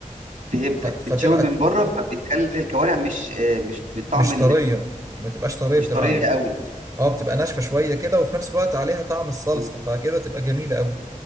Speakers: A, on the right; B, on the right.
A: فهمتك
B: فتبقى
A: تتشوي من بره فبتخلي الكوارع مش آه مش بطعم
B: مش طرية ما تبقاش طرية
A: مش
B: بتبقى
A: طريه قوي
B: اه بتبقى ناشفة شوية كده وفي نفس الوقت عليها طعم الصلصة
A: مم.
B: فكده تبقى جميلة قوي